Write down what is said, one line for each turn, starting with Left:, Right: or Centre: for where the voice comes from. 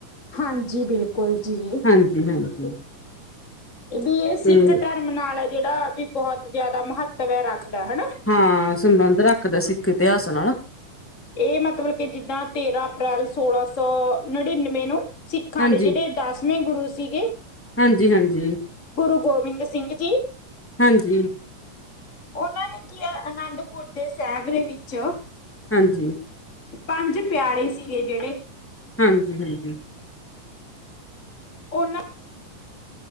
Left: ਹਾਂਜੀ ਬਿਲਕੁਲ ਜੀ
Centre: ਹਾਂਜੀ ਹਾਂਜੀ।
Left: ਵੀ ਇਹ ਸਿੱਖ
Centre: ਤੇ
Left: ਧਰਮ ਨਾਲ ਹੈ ਜਿਹੜਾ ਵੀ ਬਹੁਤ ਜਿਆਦਾ ਮਹੱਤਵ ਹੈ ਰੱਖਦਾ ਹ
Centre: ਹਾਂ ਸੰਬੰਧ ਰੱਖਦਾ ਸਿੱਖ ਇਤਿਹਾਸ ਨਾਲ।
Left: ਇਹ ਮਤਲਬ ਕਿ ਜਿੱਦਾਂ ਤੇਰਾਂ ਅਪ੍ਰੈਲ ਸੋਲਾਂ ਸੌ ਨੜ੍ਹਿਨਵੇਂ ਨੂੰ। ਸਿੱਖਾਂ
Centre: ਹਾਂਜੀ
Left: ਦੇ ਜਿਹੜੇ ਦਸਵੇਂ ਗੁਰੂ ਸੀਗੇ,
Centre: ਹਾਂਜੀ ਹਾਂਜੀ
Left: ਗੁਰੂ ਗੋਬਿੰਦ ਸਿੰਘ ਜੀ।
Centre: ਹਾਂਜੀ।
Left: ਉਹਨਾਂ ਨੇ ਕੀ ਹੈ ਅਨੰਦਪੁਰ ਦੇ ਸਾਹਿਬ ਦੇ ਵਿੱਚ
Centre: ਹਾਂਜੀ।
Left: ਪੰਜ ਪਿਆਰੇ ਸੀਗੇ ਜਿਹੜੇ
Centre: ਹਾਂਜੀ-ਹਾਂਜੀ।
Left: ਓਹਨਾਂ